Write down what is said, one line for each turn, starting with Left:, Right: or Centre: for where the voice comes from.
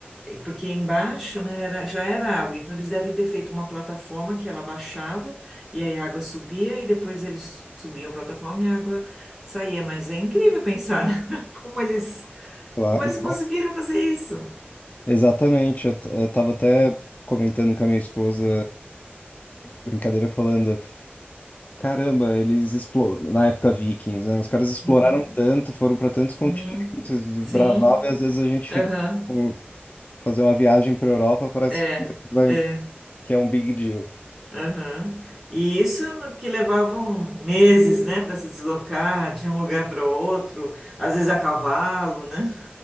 Centre: eh, porque embaixo, né, era, já era água, então eles devem ter feito uma plataforma que ela baixava e aí a água subia e depois eles subiam a plataforma e a água saía. Mas é incrível pensar, né? <laughs> Como eles,
Left: lá.
Centre: como
Left: né?
Centre: eles conseguiram fazer isso.
Left: Exatamente, eu, t- eu tava até comentando com a minha esposa, brincadeira, falando. Caramba, eles explo... na época Vikings, né? Os caras exploraram
Centre: Uhum,
Left: tanto, foram para tantos continentes,
Centre: uhum.
Left: bravava,
Centre: Sim,
Left: e às vezes a gente fica
Centre: aham,
Left: com- fazer uma viagem para Europa, parece
Centre: É,
Left: que vai...
Centre: é.
Left: que é um big deal. <laughs>
Centre: Aham. E isso no- que levavam meses, né, para se deslocar de um lugar para o outro, às vezes a cavalo, né?